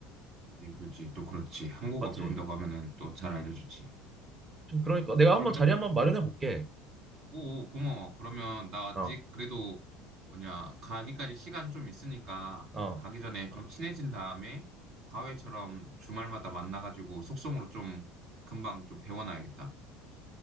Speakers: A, on the right (about 55°); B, on the right (about 25°).
A: 예, 그렇지. 또 그렇지. 한국어
B: 맞지?
A: 배운다고 하면은 또 잘
B: 음.
A: 알려주지.
B: 좀 그러니까 내가
A: 그러면,
B: 한 번 자리 한 번 마련해 볼게.
A: 오, 고마워. 그러면 나 아직
B: 어.
A: 그래도 뭐냐, 가기까지 시간 좀 있으니까
B: 어.
A: 가기 전에 좀 친해진 다음에 과외처럼 주말마다 만나가지고 속성으로 좀 금방 좀 배워놔야겠다.